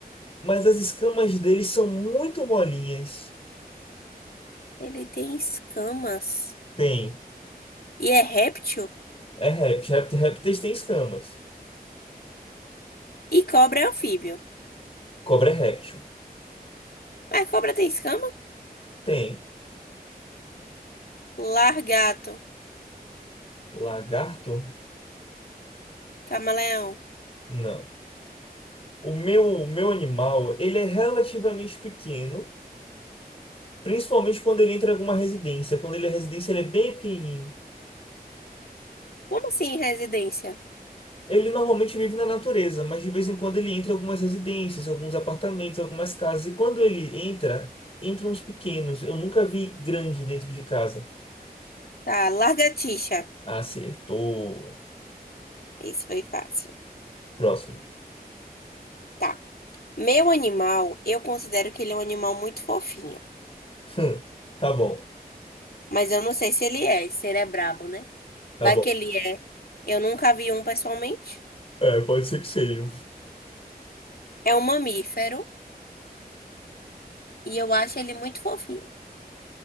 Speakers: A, on the left; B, on the left.
A: mas as escamas dele são muito molinhas.
B: Ele tem escamas.
A: Tem.
B: E é réptil?
A: É réptil. Réptil- Répteis têm escamas.
B: E cobra é anfíbio.
A: Cobra é réptil.
B: Mas cobra tem escama?
A: Tem.
B: Largato.
A: Lagarto?
B: Camaleão.
A: Não. O meu, o meu animal, ele é relativamente pequeno, principalmente quando ele entra em alguma residência. Quando ele é residência, ele é bem pequenininho.
B: Como assim, residência?
A: Ele normalmente vive na natureza, mas de vez em quando ele entra em algumas residências, alguns apartamentos, algumas casas. E quando ele entra, entram uns pequenos. Eu nunca vi grande dentro de casa.
B: Tá, lagartixa.
A: Acertou.
B: Esse foi fácil.
A: Próximo.
B: Tá. Meu animal, eu considero que ele é um animal muito fofinho.
A: <laughs> Hum, Tá bom,
B: Mas eu não sei se ele é, se ele é brabo, né?
A: tá
B: Vai
A: bom.
B: que ele é. Eu nunca vi um pessoalmente.
A: É, pode ser que seja.
B: É um mamífero. E eu acho ele muito fofinho.